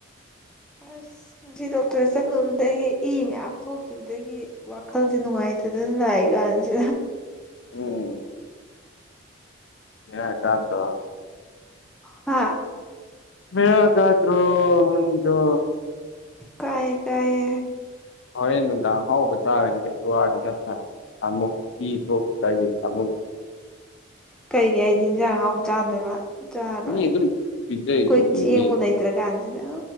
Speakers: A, in the centre; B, on the left.
A: ꯑꯁ ꯉꯁꯤ ꯗꯣꯛꯇꯔ ꯆꯠꯂꯨꯕꯗꯒꯤ ꯏ ꯃꯌꯥꯝ ꯊꯣꯛꯈꯤꯕꯗꯒꯤ ꯋꯥꯈꯜꯁꯦ ꯅꯨꯡꯉꯥꯏꯇꯦ ꯑꯗꯨ ꯂꯏꯀꯥꯟꯁꯤ
B: ꯎꯝ ꯌꯥ ꯇ ꯇ
A: ꯍꯥꯝ
B: ꯃꯒꯗ꯭ꯔꯣꯗꯨ
A: ꯀꯑꯦ ꯀꯥꯏꯌꯦ
B: ꯍꯣꯔꯦꯟ ꯅꯨꯡꯗꯥꯡ ꯑꯍꯥꯎ ꯆꯥꯥꯔꯅꯤ ꯀꯩꯁꯨ ꯋꯔꯨꯅ ꯅꯠꯇꯔ ꯅ ꯑꯃꯨꯛ ꯏ ꯊꯣꯛ ꯇ ꯑꯨꯛ
A: ꯀꯩꯒꯤ ꯑꯩꯗꯤ ꯍꯤꯟꯖꯥꯡ ꯑꯍꯥꯎ ꯆꯥꯗꯣꯏꯕ ꯆꯔꯣꯏ
B: ꯃꯤ
A: ꯑꯩꯈꯣꯏ
B: ꯑꯗꯨꯝ ꯄꯤꯖꯩꯗꯨꯗꯤ
A: ꯆꯦꯡꯉ
B: ꯃꯤ
A: ꯂꯩꯇ꯭ꯔ ꯀꯥꯟꯁꯤꯗ